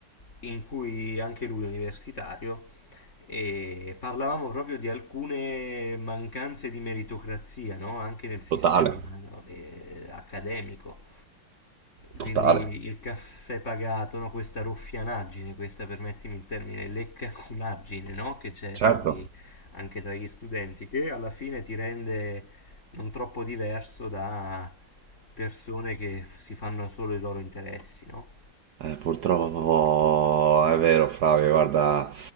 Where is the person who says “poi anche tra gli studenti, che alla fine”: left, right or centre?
Left